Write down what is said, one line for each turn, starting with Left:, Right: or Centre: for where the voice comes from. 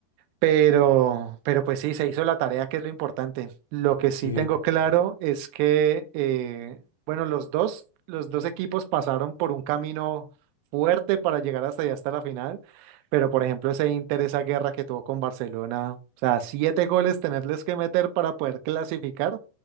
Right: Pero, pero pues sí, se hizo la tarea, que es lo importante. Lo que sí
Left: Sí,
Right: tengo
Left: sí,
Right: claro
Left: sí.
Right: es que, eh, bueno, los dos, los dos equipos pasaron por un camino fuerte para llegar hasta allá, hasta la final. Pero, por ejemplo, ese Inter, esa guerra que tuvo con Barcelona, o sea, siete goles tenerles que meter para poder clasificar,